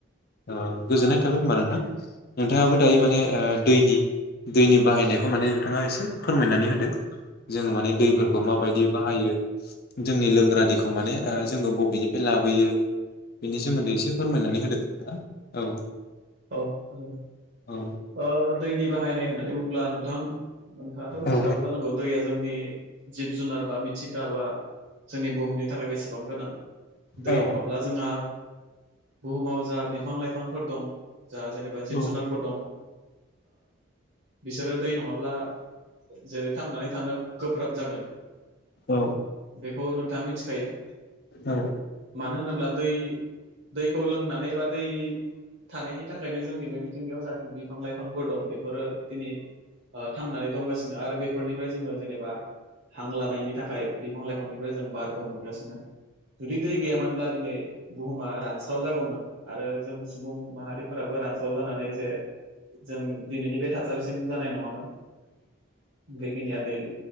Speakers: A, on the left; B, on the right.
A: औ गोजोननाय थाबाय होनबा नोंथां नोंथाङाबो दायो माने ओ दैनि दैनि बाहायनायखौ माने नोंथाङा एसे फोरमायनानै होदो जोङो माने दैफोरखौ माबायदि बाहायो जोंनि लोंग्रा दैखौ ओ माने जोङो बबेनिफ्राय लाबोयो बेनि सोमोन्दै एसे फोरमायनानै होदों नोंथाङा औ
B: उम
A: औ
B: ओ दैनि बाहायनाय होननानै बुङोब्ला नोंथां नोंथाङाथ' मिथिखागौ
A: औ
B: जानांगौ दैया जोंनि जिब जुनार बा मिथिंगाबा जोंनि बुहुमनि थाखाय बेसेबां गोनां
A: औ
B: दै नङाब्ला जोंहा बुहुमाव जा बिफां लाइफांफोर दं जा जेनेबा जिब
A: औ
B: जुनारफोर दं बिसोरो दै नङाब्ला जेरै थांनानै थानो गोब्राब जागोन
A: औ
B: बेखौ नोंथाङा मिथिखायो
A: औ
B: मानो होनोब्ला दै दैखौ लोंनानै बा दै थानायनि थाखायनो जोंनि बे मिथिंगायाव जाखिमनि बिफां लाइफांफोर दं बेफोरो दिनै थांनानै दंगासिनो आरो बे बेफोरनिफ्राय जोङो जेनेबा हां लानायनि थाखाय बिफां लाइफांनिफ्राय जों बारखौ मोनगासिनो जुदि दै गैयामोनब्ला दिनै बुहुमा रानस्राव जागौमोन आरो जों सुबुं माहारिफोराबो रानस्राव जानानै जे जों दिनैनि बे थासारिसिम जानाय नङामोन बेखिनिया दैनि